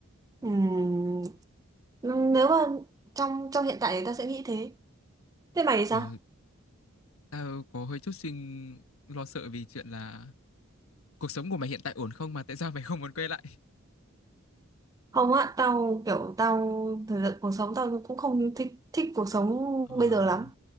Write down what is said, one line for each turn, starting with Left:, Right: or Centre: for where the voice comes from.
Right: Ừm, nếu mà trong trong hiện tại thì tao sẽ nghĩ thế thế mày thì sao
Left: ờ tao có hơi chút suy lo sợ vì chuyện là cuộc sống của mày hiện tại ổn không mà tại sao mày không muốn quay lại
Right: không á tao kiểu tao thời gian cuộc sống tao cũng không thích thích cuộc sống
Left: ờ
Right: bây giờ lắm